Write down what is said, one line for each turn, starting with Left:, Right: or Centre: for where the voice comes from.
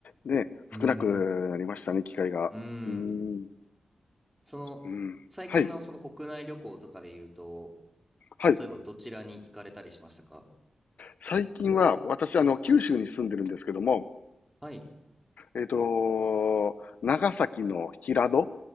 Left: ね、
Centre: うん。
Left: 少なくなりましたね、機会が。
Centre: うん。
Left: うーん、
Centre: その、
Left: うん。
Centre: 最近のその国内旅行とかで言うと、
Left: はい、はい。
Centre: 例えばどちらに行かれたりしましたか
Left: 最近は、私、あの、九州に住んでるんですけども、
Centre: はい。
Left: えっと、長崎の平戸